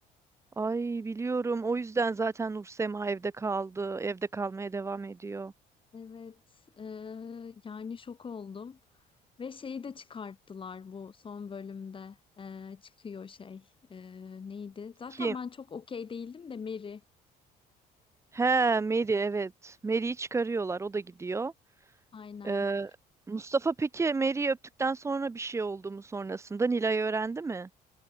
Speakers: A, on the right; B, on the left.
A: Ay biliyorum. O yüzden zaten Nursema evde kaldı. Evde kalmaya devam ediyor.
B: Evet, eee, yani şok oldum. Ve şeyi de çıkarttılar bu son bölümde eee, çıkıyor şey eee, neydi? Zaten
A: Kim?
B: ben çok okey değildim de Mary
A: He Mary evet. Mary'yi çıkarıyorlar. O da gidiyor.
B: aynen.
A: Ee, Mustafa peki Mary'yi öptükten sonra bir şey oldu mu sonrasında? Nilay öğrendi mi?